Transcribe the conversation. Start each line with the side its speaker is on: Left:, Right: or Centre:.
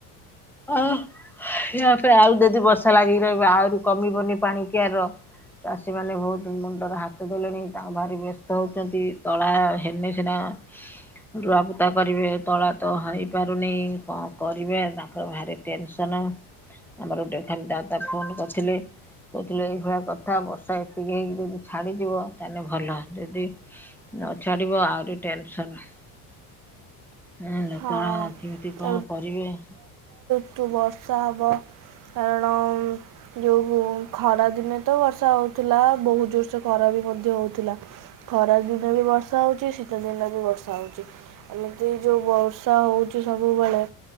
Centre: ଆ ପରେ ଆଉ ଯଦି ବର୍ଷା ଲାଗିକ ରହିବ ଆହୁରି କମିବନି ପାଣି କିଆର ଚାଷୀମାନେ ବହୁତ ମୁଣ୍ଡରେ ହାତ ଦେଲେଣି ତାଙ୍କ ଭାରି ବ୍ୟସ୍ତ ହଉଛନ୍ତି, ତଳା ହେନେ ସିନା ରୁଆବୁତା କରିବେ, ତଳା ତ ହେଇପାରୁନି କଣ କରିବେ? ତାଙ୍କର ଭାରି ଟେନସନ ଆମର ଗୋଟେ ଖାଲି ଦାଦା ଫୋନ କରିଥିଲେ। କହୁଥିଲେ ଏଇଭଳିଆ କଥା, ବର୍ଷା ଏତିିକି ହେଇକି ଯଦି ଛାଡିଯିବ ତାହେଲେ ଭଲ ଯଦି ନଛାଡିବ ଆହୁରି ଟେନସନ ହଁ ଲୋତଡ଼ା
Right: ହଁ
Centre: କେମିତି କଣ କରିବେ?
Right: ଯଦି ବର୍ଷା ହେବ କାରଣ ଯୋଉ ଖରା ଦିନେ ତ ବର୍ଷା ହଉଥିଲା, ବହୁତ ଜୋର ସେ ଖରା ବି ମଧ୍ୟ ହଉଥିଲା। ଖରାଦିନରେ ବି ବର୍ଷା ହେଉଛି, ଶୀତ ଦିନରେ ବି ବର୍ଷା ହେଉଛି, ଏମିତି ଯେଉଁ ବ ବର୍ଷା ହଉଛି ସବୁବେଳେ